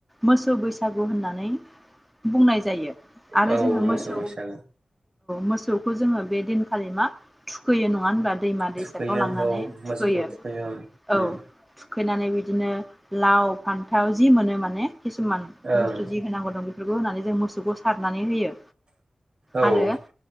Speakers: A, in the centre; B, on the right.
A: मोसौ बैसागु होननानै। बुंनाय जायो आरो
B: औ
A: जोङो मोसौ
B: बैसागो
A: मोसौखौ जोङो बे दिनखालि मा थुखैयो नङा होनबा? दैमा दैसाफ्राव
B: थुखैयो
A: लांनानै
B: औ मोसौखौ
A: थुखैयो
B: ओं उम
A: थुखैनानै बिदिनो लाव फान्थाव जि माोनो माने किसुमान
B: ओं
A: बस्थु जि होंनांगौ दं बेफोरखौ होननानै जों मोसौखौ सार नानै होयो
B: औ ओं
A: आरो